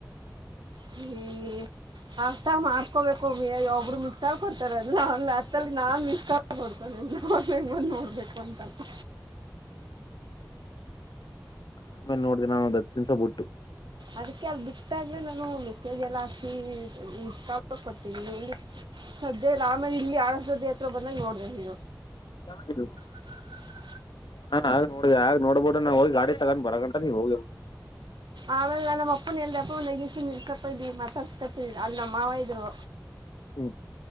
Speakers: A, on the right; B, on the left.
A: ಹ್ಮ ಆತ ಮಾಡ್ಕೋಬೇಕು ಮ ಒಬ್ರು ತಳ್ ಕೊೊಡ್ತಾರೆ ಅಲ್ಲ ಒ ಹತ್ತಲ್ಲಿ ನಾನುಡ್ತೇನೆ ಬಂದ ನೋಡ್ಬೇಕು ಅಂತ ಹ್ಮ
B: ಆಮೇಲೆ ನೋಡ್ದಿ ನಾನ ಒಂದ್ ಹ ದನ್ಸ ಬಿಟ್ಟು
A: ಅದಕ್ಕೆ ಅಲ್ ಬಿಟ್ಟಾಗಲೇ ನಾನು ಮೆಸಗೆ ಎಲ್ಲ ಹಾಕಿ ಇಷ್ಟ ಕೊತೀವಿ ಎಲ್ಲಿ ಸದ್ಯ ರಾಮ ಇಲ್ಲಿ ಆರಸದ ಹತ್ರ ಬಂದಾಗ ನೋಡಿದೆ ನೀನು
B: ಹ
A: ಹ
B: ಹಾ ಆ ನೋಡ ಆಗ ನೋಡ್ಬೋದು ನಾ ಹೋಗಿ ಗಾಡಿ ತಗೊಂಡ್ ಬರ ಗಂಟ ನೀವ್ ಹೋಗಿಿ
A: ಆಮೇಲೆ ನಮ್ಮ ಅಪ್ಪನ ಎಲ್ದಪ್ಪ ನೈ ಇಕಪ್ಪ ಇದೀವಿ ಮತ ತಿನಿ ಅಲ್ಲಿ ಮಾವ ಇದ್ರು
B: ಹ್ಮ್